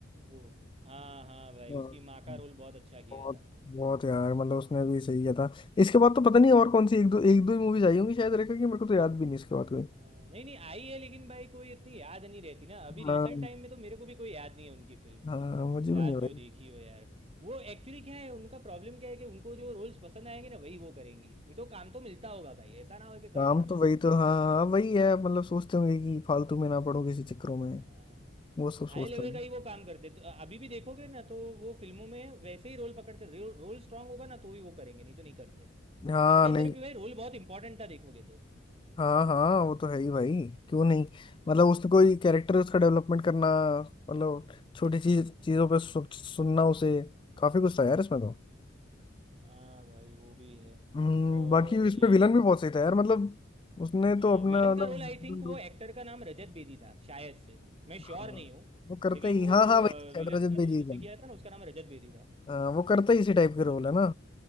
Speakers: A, on the right; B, on the left.
A: ओ हाँ हाँ भाई
B: हाँ,
A: उसकी माँ का रोल बहुत अच्छा किया
B: बहुत
A: था
B: बहुत यार मतलब उसने भी सही किया था इसके बाद तो पता नहीं और कौन सी एक दो एक दो ही मूवीज आई होंगी शायद रेखा की मेरे को तो याद भी नहीं इसके बाद कोई
A: अ, नहीं नहीं आई है लेकिन भाई कोई इतनी याद नहीं रहती ना अभी रिसेंट
B: हाँ,
A: टाइम में तो मेरे को भी कोई याद नहीं है उनकी फिल्म
B: हाँ मुझे
A: लास्ट
B: भी नहीं भाई
A: जो देखी हो यार वो एक्चुअली क्या है उनका प्रॉब्लम क्या है कि उनको जो रोल्स पसंद आएंगे ना वही वो करेंगी नहीं तो काम तो मिलता होगा भाई ऐसा ना हो कि
B: काम
A: काम ना
B: तो
A: मिलता
B: वही
A: होवे
B: तो हाँ हाँ वही है मतलब सोचते होंगे कि फालतू में ना पड़ो किसी चक्करों में
A: हाँ
B: वो सब
A: हाई
B: सोचता
A: लेवल
B: हूँ
A: का ही वो काम करते तो अभी भी देखोगे ना तो वो फिल्मों में वैसे ही रोल पकड़ते रोल रोल स्ट्रांग होगा ना तो भी वो करेंगे नहीं तो नहीं करते
B: हाँ
A: इसके अंदर
B: नहीं
A: भी भाई रोल बहुत इंपॉर्टेंट था देखोगे तो
B: हाँ हाँ वो तो है ही भाई क्यों नहीं मतलब उसने कोई कैरेक्टर उसका डेवलपमेंट करना मतलब छोटी चीज चीजों पे सु, सुनना उसे काफी कुछ था यार इसमें तो
A: हाँ भाई वो भी है
B: हम्म,
A: और
B: बाकी
A: ये
B: इसमें विलन भी बहुत सही था यार मतलब उसने
A: हाँ,
B: तो अपना
A: विलन
B: मतलब
A: का रोल
B: villain
A: आई थिंक वो
B: role-
A: एक्टर का नाम रजत बेदी था शायद से मैं
B: हाँ
A: श्योर नहीं हूँ
B: वो करता
A: लेकिन
B: ही हाँ
A: वो
B: हाँ
A: अ,
B: भाई छात्रजन
A: विलन का
B: बेजी
A: रोल जिसने
B: का
A: किया था ना उसका नाम रजत बेदी था
B: हाँ, वो करता ही इसी टाइप के रोल है ना